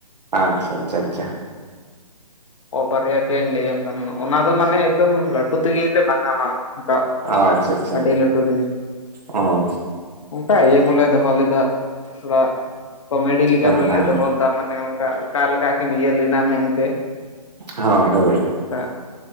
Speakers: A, on the right; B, on the left.
A: ᱟᱪᱪᱷᱟ ᱟᱪᱪᱷᱟ ᱟᱪᱪᱷᱟ᱾
B: ᱚ, ᱵᱟᱨᱮᱭᱟ ᱯᱮᱭᱟᱹᱧ ᱞᱟᱹᱭᱟᱢ ᱠᱟᱱᱟ᱾ ᱚᱱᱟ ᱫᱚ ᱢᱟᱱᱮ ᱮᱠᱫᱚᱢ ᱞᱟᱹᱴᱩ ᱛᱮᱜᱮ ᱞᱮ ᱢᱟᱱᱟᱣᱟ᱾ ᱫᱟᱜ
A: ᱚ ᱟᱪᱪᱷᱟ ᱟᱪᱪᱷᱟ
B: ᱟᱹᱰᱤ ᱞᱟᱹᱴᱩ ᱛᱮᱜᱮ᱾
A: ᱚ
B: ᱚᱱᱠᱟ ᱤᱭᱟᱹ ᱠᱚᱞᱮ ᱫᱚᱦᱚ ᱞᱮᱫᱟᱜ ᱛᱷᱚᱲᱟᱜ ᱠᱚᱢᱮᱰᱤ ᱞᱮᱠᱟ
A: ᱦᱮᱸ
B: ᱵᱚᱞᱮ
A: ᱦᱮᱸ
B: ᱞᱮ ᱫᱚᱦᱚ ᱞᱮᱫᱟ, ᱢᱟᱱᱮ ᱚᱱᱠᱟ ᱚᱠᱟ ᱞᱮᱠᱟ ᱠᱤᱱ ᱤᱭᱟᱹ ᱞᱮᱱᱟ ᱢᱮᱱᱛᱮ᱾
A: ᱦᱚᱭ ᱦᱳᱭ᱾
B: ᱮᱜ